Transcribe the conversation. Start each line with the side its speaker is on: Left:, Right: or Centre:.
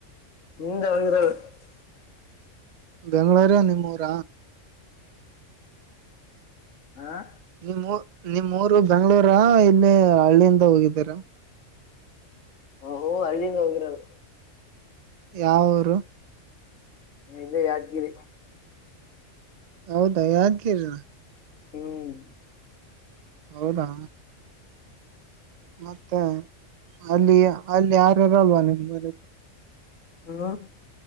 Left: ಹಿಂದ ಹರ <unintelligible>
Right: ಬೆಂಗಳೂರೇ ನಿಮ್ಮೂರ
Left: ಹಾ
Right: ನಿಮ್ಮ ನಿಮ್ಮ್ ಊರು ಬೆಂಗ್ಳೂರ ಇಲ್ಲಿ ಹಳ್ಳಿಯಿಂದ ಹೋಗಿದ್ದೀರ
Left: ಹ ಹಳ್ಳಿಯಿಂದ ಹೋಗಿರದು
Right: ಯಾವೂರು
Left: ನಾ ಇಲ್ಲೇ ಯಾದಗಿರಿ
Right: ಹೌದಾ ಯಾದಗಿರಿ ನಾ
Left: ಹ್ಮ್
Right: ಹೌದಾ ಮತ್ತೆ ಅಲ್ಲಿ ಅಲ್ಲಿ ಯಾರಾರ ಅಲ್ವಾ ನಿಮ್ ಬಲ
Left: ಹ್ಮ